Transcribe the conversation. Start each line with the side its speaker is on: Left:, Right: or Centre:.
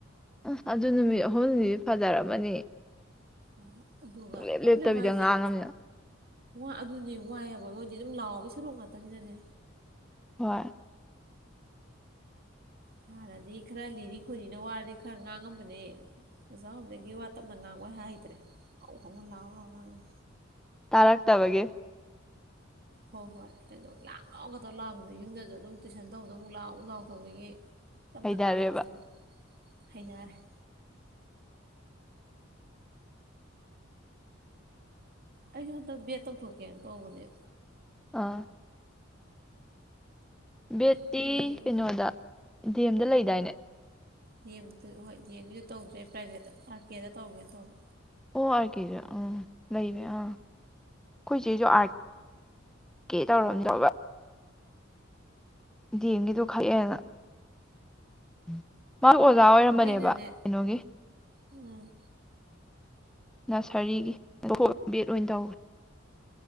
Centre: ꯑ ꯑꯗꯨ ꯅꯨꯃꯤꯠ ꯑꯍꯨꯝꯅꯤꯗꯤ ꯐꯖꯔꯝꯃꯅꯤ
Right: ꯑꯣ ꯑꯗꯨꯒ
Centre: ꯁꯨꯡꯂꯦꯞ
Right: ꯑꯣꯞꯂꯩꯕ
Centre: ꯂꯦꯞꯇꯕꯤꯗ
Right: ꯍꯥꯏꯁꯦ
Centre: ꯉꯥꯡꯉꯝꯅꯤꯅ
Right: ꯋꯥ ꯑꯗꯨꯅꯦ ꯋꯥꯏꯑꯕ ꯃꯣꯏꯗꯤ ꯑꯗꯨꯝ ꯂꯥꯎꯕꯩ ꯁꯔꯨꯛ ꯉꯥꯛꯇꯅꯤꯅꯅꯦ
Centre: ꯍꯣꯏ
Right: ꯍꯥꯟꯅꯗꯤ ꯈꯔ ꯂꯤꯔꯤ ꯈꯣꯏꯔꯤꯅ ꯋꯥꯔꯗꯤ ꯈꯔ ꯉꯥꯡꯉꯝꯕꯅꯦ ꯑꯣꯖꯥ ꯑꯣꯏꯕꯗꯒꯤ ꯋꯥ ꯇꯞꯅ ꯉꯥꯡꯕꯣꯏ ꯍꯥꯏ ꯐꯗ꯭ꯔꯦ ꯍꯧ ꯍꯧꯅ ꯂꯥꯎ ꯂꯥꯑꯣꯅ ꯉꯥꯡꯉꯦ꯫
Centre: ꯇꯥꯔꯛꯇꯕꯒꯤ
Right: ꯍꯣꯏ ꯍꯣꯏ ꯈꯤꯇꯪ ꯂꯥꯛ ꯂꯥꯡꯅꯣ ꯇꯧ ꯂꯥꯛꯄꯗ ꯌꯨꯝꯗꯁꯨ ꯑꯗꯨꯝ ꯇꯨꯏꯁꯟ ꯇꯧꯕꯗꯣ ꯑꯃꯨꯛ ꯂꯥꯎꯑꯣ ꯂꯥꯎ ꯇꯧꯕꯒꯤ ꯇꯞꯅ
Centre: ꯍꯩꯅꯔꯦꯕ
Right: ꯉꯥꯡꯕꯗꯨꯁꯨ ꯍꯩꯅꯔꯦ ꯑ ꯑꯩꯁꯨ ꯍꯟꯗꯛ ꯕꯦꯠ ꯇꯧꯊꯣꯛꯀꯦꯅ ꯇꯧꯕꯅꯦ
Centre: ꯑ ꯕꯦꯠꯇꯤ
Right: ꯑꯩꯁꯨ ꯍꯌꯦꯡ
Centre: ꯀꯩꯅꯣꯗ ꯗꯦꯝꯗ ꯂꯩꯗꯥꯏꯅꯦ
Right: ꯗꯦꯝꯗꯨ ꯍꯣꯏ ꯗꯤ ꯑꯦꯝꯒꯤꯗꯨ ꯇꯧꯗ꯭ꯔꯦ ꯄ꯭ꯔꯥꯏꯚꯦꯠꯇ ꯑꯥꯔ ꯀꯦꯗ ꯇꯧꯒꯦꯅ ꯇꯧꯕ
Centre: ꯑꯣ ꯑꯥꯔ ꯀꯦꯁꯨ ꯑꯥ ꯂꯩꯕ ꯑꯥ ꯑꯩꯈꯣꯏ ꯆꯦꯁꯨ ꯑꯥꯔ ꯀꯦ ꯇꯧꯔꯝꯗꯧꯕ ꯗꯦꯝꯒꯤꯗꯨꯣ ꯈꯛꯑꯦꯅ ꯎꯝ ꯃꯥ ꯑꯣꯖꯥ ꯑꯣꯏꯔꯝꯕꯅꯦꯕ
Right: ꯑꯩꯅꯅꯦ
Centre: ꯀꯩꯅꯣꯒꯤ
Right: ꯎꯝ
Centre: ꯅꯁꯔꯤꯒꯤ ꯕꯦꯠ ꯑꯣꯏꯅ ꯇꯧꯒꯔꯦ